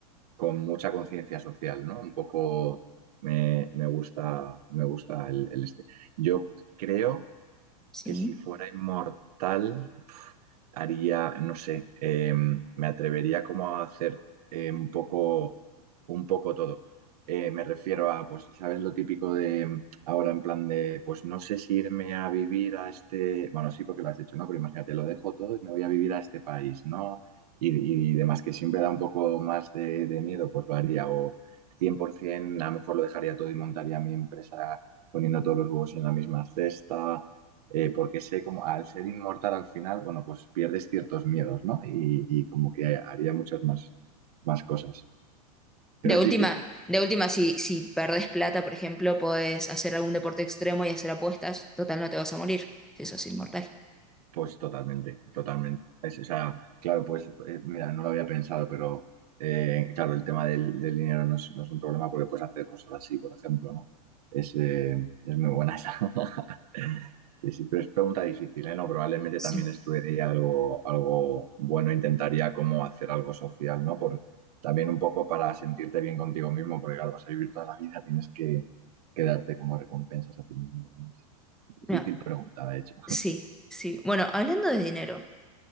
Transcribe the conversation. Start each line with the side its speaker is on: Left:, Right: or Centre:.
Right: con mucha conciencia social, ¿no? Un poco me, me gusta, me gusta el, el este. Yo creo
Centre: Sí.
Right: que si fuera inmortal, pf, haría, no sé, eh, me atrevería como a hacer eh, un poco, un poco todo. Eh, me refiero a, pues, ¿sabes lo típico de em, ahora en plan de, pues no sé si irme a vivir a este, bueno, sí, porque lo has hecho, ¿no? Pero imagínate, lo dejo todo y me voy a vivir a este país, ¿no? Y, y demás, que siempre da un poco más de, de miedo, pues lo haría. O 100%, a lo mejor lo dejaría todo y montaría mi empresa poniendo todos los huevos en la misma cesta eh, porque sé como al ser inmortal al final, bueno, pues pierdes ciertos miedos, ¿no? Y, y como que haría muchas más, más cosas. Pero
Centre: De
Right: es
Centre: última,
Right: difícil,
Centre: de última, si, si perdés plata, por ejemplo, podés hacer algún deporte extremo y hacer apuestas. Total, no te vas a morir. Si sos inmortal.
Right: Pues totalmente, totalmente. Es, o sea, claro, pues eh, mira, no lo había pensado, pero eh, claro, el tema del, del dinero no es, no es un problema porque puedes hacer cosas así, por ejemplo, ¿no? Es, eh, es muy buena esa. <laughs> Sí, sí, pero es pregunta difícil, ¿eh? No, probablemente
Centre: Sí.
Right: también estudiaría algo, algo bueno, intentaría como hacer algo social, ¿no? Por, también un poco para sentirte bien contigo mismo, porque claro, vas a vivir toda la vida, tienes que, que darte como recompensas a ti mismo. y demás. Difícil
Centre: Mira,
Right: pregunta, de hecho.
Centre: sí, sí. Bueno, hablando de dinero,